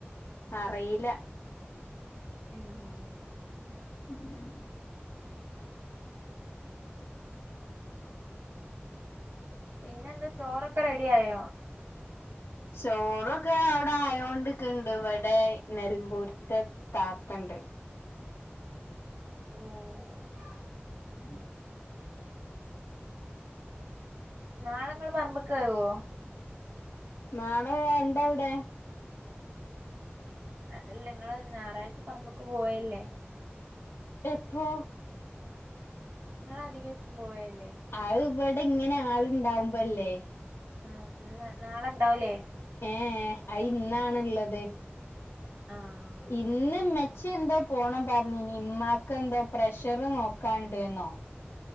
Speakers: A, on the left; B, on the right.
A: അറീല്ല.
B: ഉംഹ് ഉംഹ്
A: ഉംഹ്
B: പിന്നെന്താ ചോറൊക്കെ റെഡി ആയോ
A: ചോറൊക്കെ അവടെ ആയോണ്ട് ക്ക്ണ്ട് ഇവിടെ നെലമ്പൂരത്തെ താത്തണ്ട്.
B: ഓഹ്
A: ആഹ്
B: നാളെ ഇങ്ങള് പറമ്പ്ക്ക് വരുവോ
A: നാളെ എന്താവിടെ
B: അതല്ല ഇങ്ങള് ഞായറാഴ്ച പറമ്പ്ക്ക് പോയല്ലേ.
A: എപ്പോ
B: നിങ്ങള് അധികീസും പോയല്ലേ
A: അത് ഇവിടെ ഇങ്ങനെ ആളുണ്ടാവുമ്പോല്ലേ.
B: ആഹ് ഇന്ന് നാളെ ഉണ്ടാവൂലേ
A: ഏഹ് അയിന്നാണുള്ളത്
B: ആഹ്
A: ഇന്ന് ഇമ്മച്ചിയെന്തോ പോണം പറഞ്ഞീനി ഉമ്മാക്ക് എന്തോ പ്രഷർ നോക്കാണ്ട്ന്നോ.